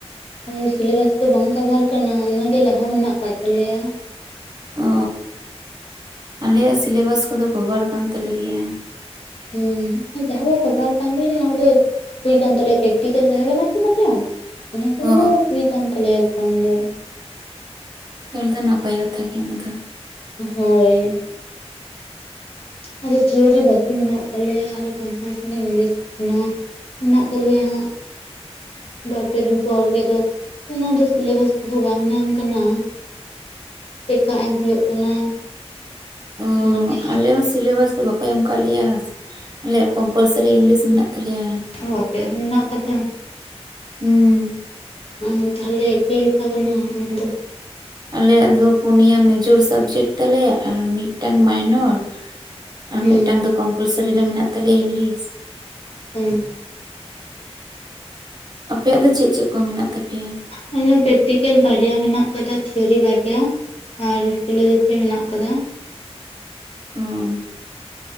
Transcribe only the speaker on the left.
ᱟᱫᱚ ᱥᱤᱞᱮᱵᱟᱥ ᱫᱚ ᱵᱟᱝ ᱠᱟᱵᱷᱟᱨ ᱠᱟᱱᱟ ᱚᱱᱟᱜᱮ ᱞᱟᱦᱟ ᱢᱮᱱᱟᱜ ᱠᱟᱫ ᱛᱟᱞᱮᱭᱟ
ᱦᱮᱸ ᱡᱟᱦᱟᱸ ᱠᱚ ᱠᱟᱵᱷᱟᱨ ᱠᱟᱱ ᱛ ᱚᱱᱟ ᱠᱚᱫᱚ ᱦᱩᱭ ᱠᱟᱱ ᱛᱟᱞᱮᱭᱟ ᱯᱮᱠᱴᱤᱠᱮᱞ ᱛᱟᱦᱮᱸ ᱠᱟᱱᱟ ᱛᱚ ᱵᱟᱨᱭᱟ ᱚᱱᱟ ᱠᱤᱱ
ᱫᱚ ᱦᱩᱭᱤᱠ ᱠᱟᱱ ᱛᱟᱞᱮᱭᱟ ᱮᱠᱡᱟᱢ ᱫᱚ
ᱦᱳᱭ ᱟᱫᱚ ᱛᱷᱤᱭᱳᱨᱤ ᱵᱟᱠᱤ ᱢᱮᱱᱟᱜ ᱛᱟᱞᱮᱭᱟ ᱟᱨᱚ ᱠᱚᱢᱯᱟᱞᱥᱟᱨᱤ ᱤᱝᱞᱤᱥ ᱚᱱᱟ ᱢᱮᱱᱟᱜ ᱛᱟᱞᱮᱭᱟ ᱦᱟᱸᱜ ᱵᱟᱨᱯᱮ ᱫᱤᱱ ᱯᱚᱨ ᱜᱮᱞ ᱟᱫᱚ ᱚᱱᱟ ᱫᱚ ᱥᱮᱞᱮᱵᱟᱥ ᱵᱷᱚᱜᱟᱧ ᱧᱟᱢ ᱠᱟᱱᱟ ᱪᱮᱠᱟ. ᱮᱢ ᱦᱩᱭᱩᱜ ᱠᱟᱱᱟ?
ᱚᱱᱟᱜᱮ ᱦᱟᱸᱜ
ᱚ ᱟᱯᱮᱭᱟᱜ ᱦᱚᱸ ᱢᱮᱱᱟᱜ ᱟᱠᱟᱫᱟ
ᱚᱸ ᱛᱟᱦᱚᱞᱮ ᱮᱠᱤ ᱜᱮᱛᱟᱵᱚᱱᱟ ᱚᱱᱟ ᱫᱚ
ᱦᱩᱸ
ᱦᱩᱸ
ᱟᱞᱮ ᱯᱮᱠᱴᱤᱠᱮᱞ ᱵᱟᱨᱭᱟ ᱢᱮᱱᱟᱜ ᱟᱠᱟᱫᱟ ᱛᱷᱤᱭᱳᱨᱤ ᱵᱟᱨᱭᱟ ᱟᱨ ᱯᱷᱤᱞᱳᱡᱚᱯᱷᱤ ᱢᱮᱱᱟᱜ ᱠᱟᱫᱟ